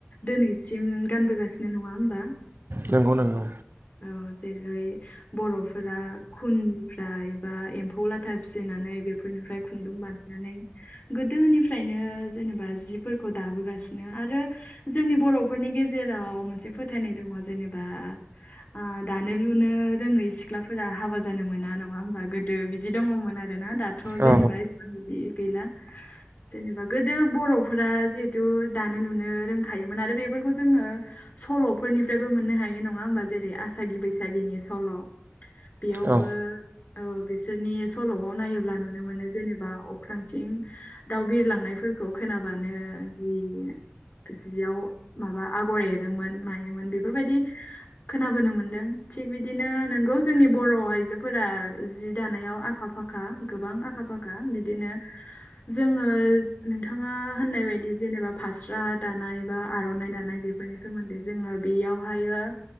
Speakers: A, on the left (about 45°); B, on the right (about 50°).
A: दोनैसिम गानबोगासिनो नङा होमबा?
B: नंगौ नंगौ
A: औ जेरै बर'फोरा खुननिफ्राय एबा एम्फौ फौ लाथा फिसिनानै बेफोरनिफ्राय खुन्दुं बानायनानै गोदोनिफ्रायनो जेनेबा जिफोरखौ दाबोगासिनो आ रो जोंनि बर'फोरनि गेजेराव मोनसे फोथायनाय दङ जेनेबा आ दानो लुनो रोङै सि ख्लाफोरा हाबा जानो मोना नङा होमबा गोदो बिदि दङमोन आरोना दाथ'
B: औ
A: जेनेबा सेबां इदि गैला। जेनेबा गोदो बर'फोरा जिहेथु दानो लुनो रोंखायोमोन आरो बेफोरखौ जोङो सल'फोरनिफ्रायबो मोननो हायो नङा होमबा? जेरै आसागि बैसागिनि सल' बेयावबो
B: औ
A: औ बिसोरनि सल'आव नायोब्ला नुनो मोनो जेनेबा अख्रांथिं दाउ बिरलांनायफोरखौ खोनाबानो जि जियाव माबा आगर एरोमोन मायोमोन बेफोरबायदि खोनाबोनो मोनदों थिग बिदिनो नोंगौ जोंनि बर' आइजोफोरा जि दानायाव आखा फाखा खा गोबां आखा फाखा बिदिनो जोङो नोंथाङा होननाय बायदि जेनेबा फास्रा दानाय बा आर'ना दानाय बे बेफोरनि सोमोन्दै जोङो बेयावहाययो